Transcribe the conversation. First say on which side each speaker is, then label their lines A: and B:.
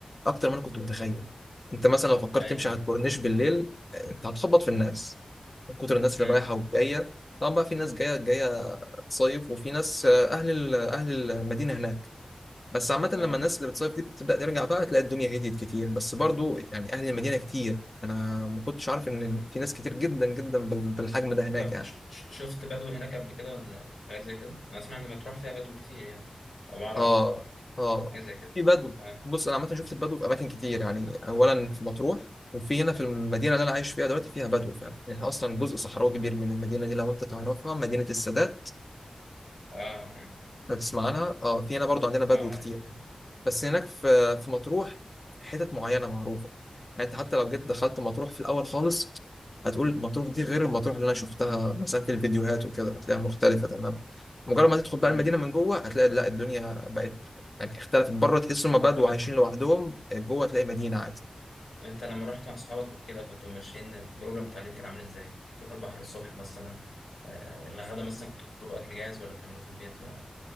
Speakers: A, on the left; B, on the left.
A: اكتر ما انا كنت متخيل انت مثلا لو فكرت
B: ايوه
A: تمشي على
B: ايوه
A: الكورنيش بالليل آه، انت هتخبط في الناس من كتر الناس
B: امم
A: اللي رايحه والجايه طبعا بقى في ناس جايه جايه تصيف وفي ناس آه، اهل ال- اهل المدينه هناك بس عامه لما
B: اه
A: الناس اللي بتصيف دي بتبدا ترجع بقى تلاقي الدنيا هديت كتير بس برضو يعني اهل المدينه كتير انا ما كنتش عارف ان في ناس كتير جدا جدا بال- بالحجم ده هناك
B: طب
A: يعني
B: ش... ش- شفت بدو هناك قبل كده ولا حاجه زي كده انا اسمع ان مطروح فيها بدو كتير يعني او عرب
A: اه اه
B: حاجه زي كده
A: في بدو
B: اه
A: بص انا عامه شفت البدو في اماكن كتير يعني اولا في مطروح وفي هنا في المدينه اللي انا عايش فيها دلوقتي فيها بدو فعلا احنا اصلا جزء صحراوي كبير من المدينه دي لو انت تعرفها مدينه السادات
B: اه اه,
A: لو تسمع عنها اه في هنا برضو عندنا بدو
B: آه عارف
A: كتير بس هناك في في مطروح حتت معينه معروفه يعني انت حتى لو جيت دخلت مطروح في الاول خالص هتقول مطروح دي غير المطروح اللي انا شفتها مثلا في الفيديوهات وكده هتلاقيها مختلفه تماما مجرد ما تدخل بقى
B: امم
A: المدينه من جوه هتلاقي لا الدنيا بقت يعني اختلفت بره تحس هم بدو
B: طب
A: عايشين لوحدهم جوه تلاقي مدينه عادي
B: انت لما رحت مع اصحابك وكده كنتوا ماشيين البروجرام التعليم كان عامل ازاي تروحوا البحر الصبح مثلا آه، الغدا مثلا كنتوا بتطلبوا اكل جاهز ولا بتعملوه في البيت ولا